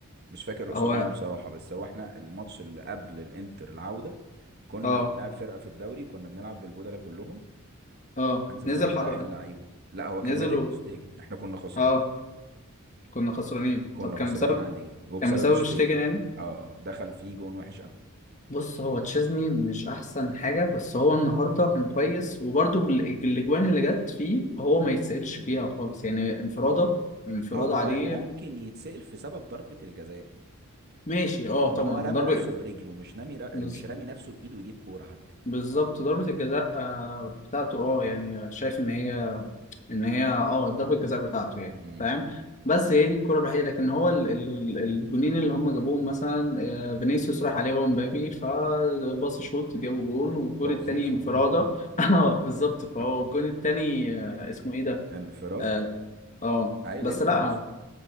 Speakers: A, on the right; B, on the left.
A: مش فاكر قصاد
B: هو
A: مين بصراحة بس هو احنا الماتش اللي قبل الانتر العودة كنا
B: اه
A: بنلعب فرقة في الدوري كنا بنلعب بالبودلة كلهم
B: اه
A: هانز
B: نزل
A: فليك بيريح
B: حر...
A: اللعيبة لا هو كان
B: نزل
A: بادئ
B: و...
A: بشتيجن احنا كنا خسرانين
B: اه كنا خسرانين
A: كنا
B: طب كان
A: خسرانين
B: بسبب
A: عادي جدا وبسبب
B: كان بسبب
A: شتيجن
B: شتيجن يعني
A: اه اه، دخل فيه جون وحش قوي
B: بص هو تشيزني مش احسن حاجه بس هو النهارده كان كويس وبرده الاجوان اللي جت فيه هو ما يتسالش فيها خالص يعني انفراده انفراده
A: هو
B: عليه
A: ممكن يتسأل في سبب ضربة الجزاء
B: ماشي اه
A: ان
B: طبعا
A: هو رمى
B: ضربه
A: نفسه برجله مش نامي
B: بز-
A: مش رامي نفسه بإيده يجيب كورة حتى
B: بالظبط ضربه الجزاء آه، بتاعته اه يعني شايف ان هي ان هي اه ضربة الجزاء بتاعته يعني
A: امم
B: فاهم بس هي دي الكرة الوحيدة لكن هو ال- ال- الجونين اللي هم جابوهم مثلا آه، فينيسيوس راح عليهم مبابي فباص شوت جابوا جون والجون
A: توظيفة
B: التاني انفرادة <laughs> اه بالظبط فهو
A: <laughs>
B: الجون التاني آه، اسمه ايه ده
A: انفراد
B: اه آه.
A: اي
B: بس
A: لازم
B: لا
A: يخش طبعا